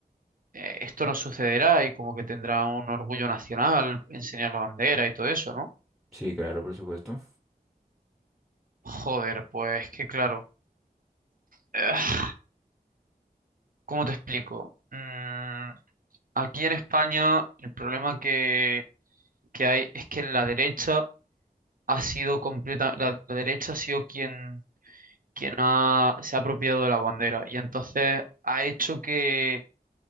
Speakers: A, on the right (about 60°); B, in the centre.
A: eh, esto no sucederá y como que tendrá un orgullo nacional enseñar la bandera y todo eso, ¿no?
B: Sí, claro, por supuesto.
A: Joder, pues que claro, eh, ¿cómo te explico? Mm, aquí en España el problema que, que hay es que la derecha ha sido completa, la, la derecha ha sido quien, quien ha, se ha apropiado de la bandera y entonces ha hecho que